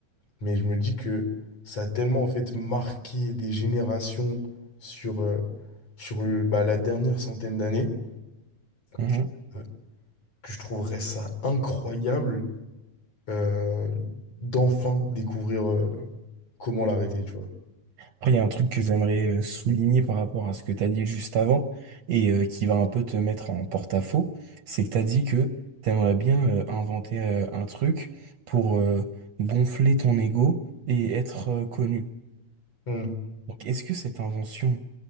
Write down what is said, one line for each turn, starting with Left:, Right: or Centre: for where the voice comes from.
Left: Mais je me dis que ça a tellement en fait marqué des générations sur, euh, sur le- bah, la dernière centaine d'années
Right: Mhm.
Left: que, euh, que je trouverais ça incroyable euh, d'enfin découvrir euh, comment l'arrêter, tu vois.
Right: Après, il y a un truc que j'aimerais euh, souligner par rapport à ce que tu as dit juste avant et euh, qui va un peu te mettre en porte-à-faux. C'est que tu as dit que tu aimerais bien euh, inventer euh, un truc pour euh, gonfler ton ego et être euh, connu.
Left: Hmm.
Right: Donc, est-ce que cette invention